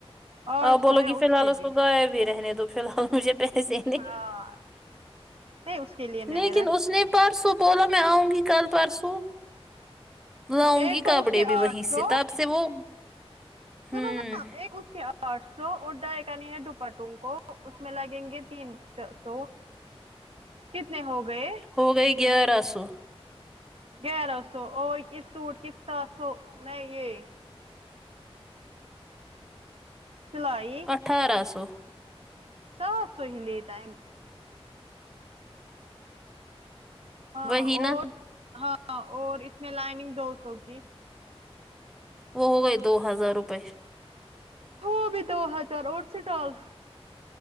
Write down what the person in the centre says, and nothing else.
آپ بولو
گی فی الحال
اس
کوغائب رہنے تو فی الحال مجھے تو ایسے
لیکن
اس پرسوں بولا میں آؤں گی کل پرسوں لاوں
گی
کپڑے
بھی
وہیں سے
تب سے وہ ہمم
ہو گئے گیارہ سو
اٹھارہ سو
وہی
نا
وہ ہوے دو ہزار روپئے